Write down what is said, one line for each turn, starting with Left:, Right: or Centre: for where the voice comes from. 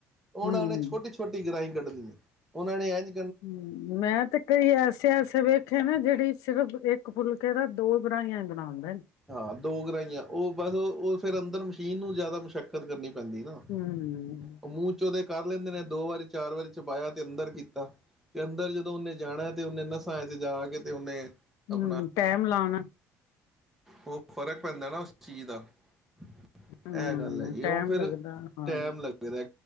Centre: ਉਹਨਾਂ
Left: ਹੂੰ। ਹੂੰ
Centre: ਨੇ ਛੋਟੀ ਛੋਟੀ ਕਿਹੀਂ ਕੱਢਣੀ ਹੈ ਉਹਨਾਂ ਨੇ ਹੈ ਨੀ
Left: ਹਮ ਮੈਂ ਤੇ ਕਈ ਐਸੇ ਐਸੇ ਵੇਖੇ ਨਾ ਜਿਹੜੀ ਸਿਰਫ ਇੱਕ ਫੁਲਕੇ ਦਾ ਉਹ ਬਣਾਈਆਂ ਗਣਾ ਨੂੰ
Centre: ਹਾਂ ਦੋ ਗਰਾਹੀਆਂ ਉਹ ਬਸ ਉਹ ਉਹ ਫੇਿਰ ਅੰਦਰ ਮਸ਼ੀਨ ਨੂੰ ਜ਼ਿਆਦਾ ਮੁਸ਼ੱਕਤ ਕਰਨੀ ਪੈਂਦੀ ਨਾ
Left: ਹੂੰ।
Centre: ਉਹ ਮੂੰਹ ਚ ਉਹਦੇ ਕਰ ਲੈਂਦੇ ਨੇ ਦੋ ਵਾਰੀ ਚਾਰ ਵਾਰੀ ਚਪਾਇਆ ਤੇ ਅੰਦਰ ਕੀਤਾ ਤੇ ਅੰਦਰ ਜਦੋਂ ਉਹਨੇ ਜਾਣਾ ਤੇ ਉਹਨੇ ਨਸਾਏ ਤੇ ਜਾ ਕੇ ਤੇ ਉਹਨੇ ਆਪਣਾ
Left: ਹਮ ਟਾਈਮ ਲਾਉਣਾ
Centre: ਉਹ ਫ਼ਰਕ ਪੈਂਦਾ ਨਾ ਉਸ ਚੀਜ਼ ਦਾ ਇਹ
Left: ਹੂੰ
Centre: ਗੱਲ ਹੈ ਜੀ
Left: ਟੈਮ
Centre: ਉਹ ਫਿਰ
Left: ਲੱਗਦਾ ਹਾਂ
Centre: ਟੈਮ
Left: ਹੂੰ।
Centre: ਲੱਗਦਾ